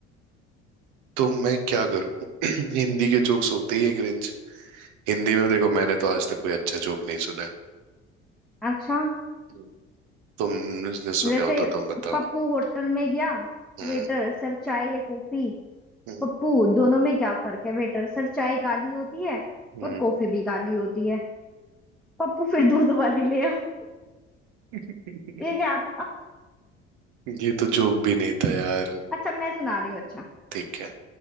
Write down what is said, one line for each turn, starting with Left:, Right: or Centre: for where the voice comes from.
Right: तो मैं क्या करूं <clears throat> हिंदी के जोक्स होते ही एक रेंज हिंदी में देखो मैंने तो आज तक कोई अच्छा जोक नहीं सुना है
Centre: अच्छा
Right: हम्म। तुमने सुने
Centre: जैसे
Right: हो तो तुम बताओ
Centre: पप्पू होटल में गया
Right: हम्म
Centre: वेटर सर चाय या कॉफी
Right: हम्म
Centre: पप्पू दोनों में क्या फर्क है वेटर सर चाय काली होती है
Right: हम्म
Centre: और कॉफी भी काली होती है पप्पू फिर दूध वाली ले आओ
Right: हम्म।
Centre: ये क्या था
Right: ये तो जोक भी नहीं था यार
Centre: अच्छा मैं सुना रही हूँ अच्छा
Right: ठीक है